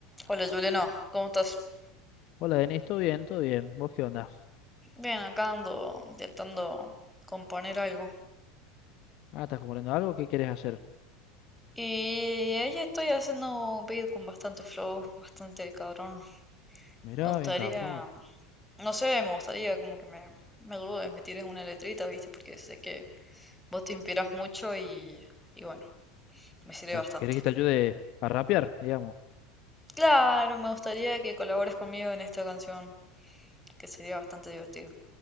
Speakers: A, in the centre; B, on the left (about 55°).
A: Hola Juliana, ¿cómo estás?
B: Hola Denis, ¿todo bien? ¿Todo bien? ¿Vos qué onda?
A: Bien, acá ando intentando componer algo.
B: Ah, ¿estás componiendo algo? ¿Qué querés hacer?
A: Y ahí estoy haciendo un beat con bastante flow, bastante cabrón.
B: Mirá,
A: Me gustaría,
B: bien cabrón.
A: no sé, me gustaría como que me, me ayudes, me tires una letrita, ¿viste? Porque sé que vos te inspiras mucho y, y bueno, me sirve
B: Ah,
A: bastante.
B: ¿Querés que te ayude a rapear, digamos?
A: Claro, me gustaría que colabores conmigo en esta canción, que sería bastante divertido.